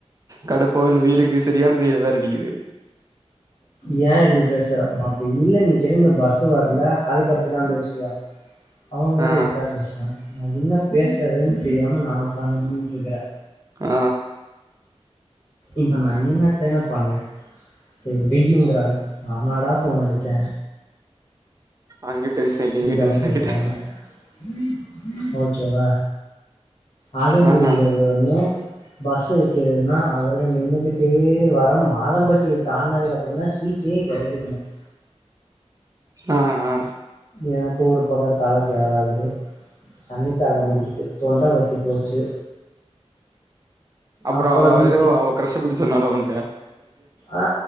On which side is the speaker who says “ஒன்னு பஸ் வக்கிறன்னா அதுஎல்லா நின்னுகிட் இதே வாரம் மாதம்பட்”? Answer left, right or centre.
Left